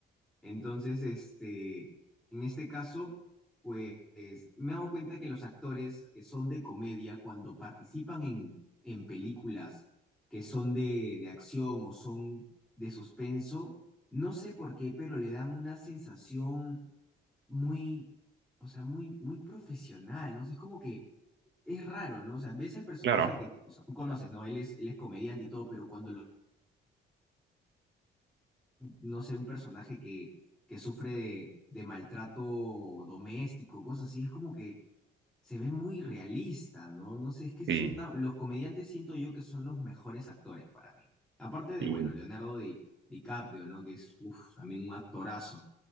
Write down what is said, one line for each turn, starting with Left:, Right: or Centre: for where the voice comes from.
Centre: Entonces, este, en este caso, pues, me he dado cuenta que los actores que son de comedia, cuando participan en, en películas que son de, de acción o son de suspenso, no sé por qué, pero le dan una sensación muy, o sea, muy, muy profesional, ¿no? sé, es como que es raro, ¿no? O sea, ves al personaje
Right: Claro.
Centre: que, o sea, tú conoces, ¿no? Él es, él es comediante y todo, pero cuando, lo- no sé, un personaje que, que sufre de, de maltrato doméstico, cosas así, es como que se ve muy realista, ¿no? No sé, es que son
Right: Sí,
Centre: tan, los comediantes siento yo que son los mejores actores para mí. Aparte de,
Right: sí,
Centre: bueno, Leonardo Di- DiCaprio, ¿no? Que es, uf, también un actorazo.